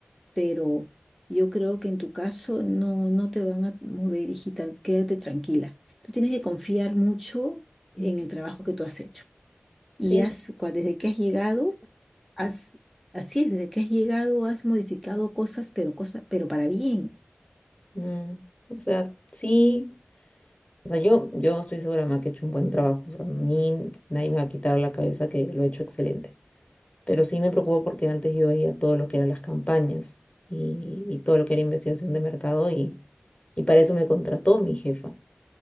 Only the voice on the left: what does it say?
Ujú.
Sí,
mm, o sea, sí, o sea, yo, yo estoy segura, ma, que he hecho un buen trabajo. O sea, a nadie me va a quitar la cabeza que lo he hecho excelente. Pero sí me preocupa porque antes yo veía todo lo que eran las campañas y, y todo lo que era investigación de mercado y, y para eso me contrató mi jefa.